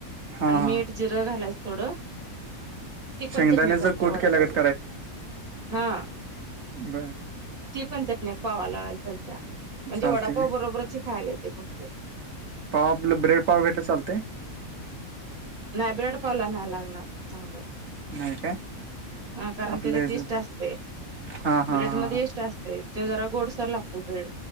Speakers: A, on the right; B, on the right.
A: हा
B: आणि मीठ,
A: हा
B: जिरं घालायचं थोडं. ती पण
A: शेंगदाण्याचं
B: चटणी चालत्या,
A: कूट
B: वडापावला
A: केल्यागत
B: हा.
A: बरं.
B: ती पण चटण्या पावा लाय चालतेय म्हणजे
A: चालते
B: वडापाव
A: काय
B: बरोबरच ह खायला येते फक्त.
A: पाव आपलं ब्रेड पाव घेतलं चालतय?
B: नाही ब्रड पावला नाही लागणार चांगलं.
A: नाही काय?
B: हा कारण
A: आपलं
B: त्याच्यात
A: ह
B: इष्ट असते
A: हा हा
B: ब्रेड
A: हा
B: मध्ये इष्ट असते. ते जरा गोड सर लागतो बेड.